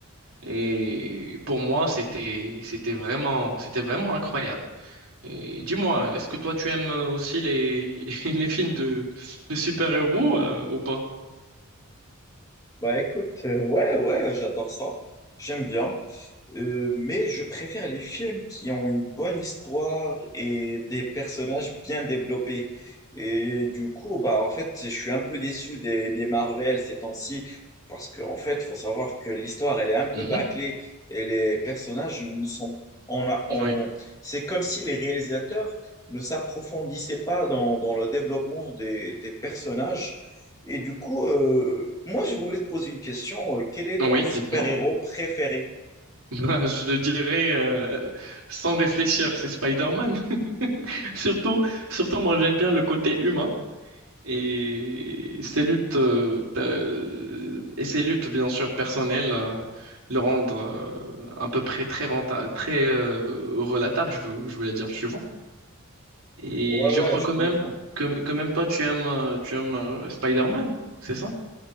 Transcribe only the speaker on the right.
Et pour moi, c'était, c'était vraiment, c'était vraiment incroyable. Et dis-moi, est-ce que toi, tu aimes euh, aussi les, <laughs> les films de, de super-héros euh, ou pas?
Mhm.
Oui,
oui,
dites-moi.
<laughs> Ben, je le dirais euh, sans réfléchir, c'est Spider-Man. <laughs> Surtout, surtout, moi, j'aime bien le côté humain. Et ces luttes, euh, pe- et ces luttes bien sûr personnelles, euh, le rendre euh, à peu près très rentable, très euh, relatable, je veux, je voulais dire, tu vois. Et
je
crois
quand
même que, que même toi, tu aimes, euh, tu aimes euh, Spider-Man, c'est ça?